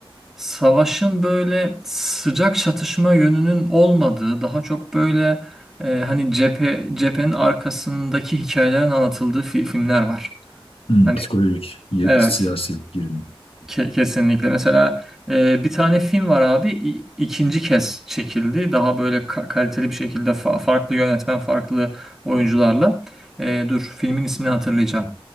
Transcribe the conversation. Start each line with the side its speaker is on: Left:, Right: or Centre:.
Centre: savaşın böyle sıcak çatışma yönünün olmadığı daha çok böyle e, hani cephe cephenin arkasındaki hikayelerin anlatıldığı fi- filmler var.
Left: hmm,
Centre: Hani
Left: psikolojik, ye-
Centre: evet.
Left: siyasi gerilim.
Centre: Ke- Kesinlikle. Mesela e, bir tane film var abi i- ikinci kez çekildi. Daha böyle ka- kaliteli bir şekilde fa- farklı yönetmen, farklı oyuncularla. E, dur filmin ismini hatırlayacağım.